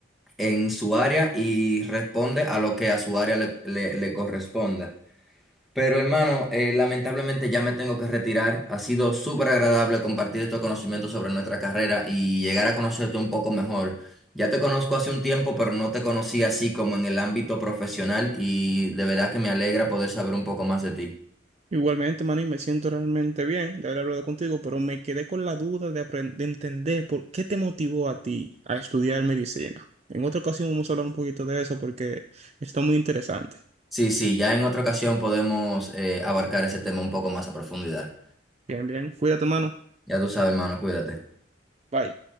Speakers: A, in the centre; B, on the right.
A: en su área y responde a lo que a su área le, le- le corresponda. Pero hermano, eh, lamentablemente ya me tengo que retirar. Ha sido súper agradable compartir estos conocimientos sobre nuestra carrera y llegar a conocerte un poco mejor. Ya te conozco hace un tiempo, pero no te conocí así como en el ámbito profesional y de verdad que me alegra poder saber un poco más de ti.
B: Igualmente, Manny, me siento realmente bien de haber hablado contigo, pero me quedé con la duda de, apren- de entender por qué te motivó a ti a estudiar medicina. En otra ocasión vamos a hablar un poquito de eso porque está muy interesante.
A: Sí, sí, ya en otra ocasión podemos eh, abarcar ese tema un poco más a profundidad.
B: Bien, bien. Cuídate, hermano.
A: Ya tú sabes, hermano, cuídate.
B: Bye.